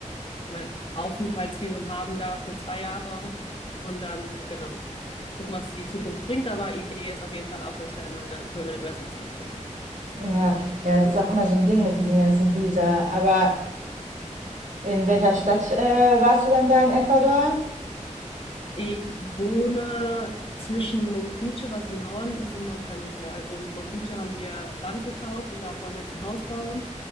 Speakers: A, on the left (about 45°); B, on the right (about 85°).
A: mein Aufenthaltsvisum haben da für zwei Jahre und dann, genau, gucken, was die Zukunft bringt. Aber Idee ist auf jeden Fall auch, dass ich dann meine Permanent Residency bekomme.
B: Ja, ja, es ist auch immer so ein Ding mit diesen ganzen Visa. Aber in welcher Stadt äh, warst du dann da in Ecuador?
A: Ich wohne zwischen Mompice, was im Norden ist, und Montanita. Also in Mompice haben wir Land gekauft und da wollen wir jetzt ein Haus bauen.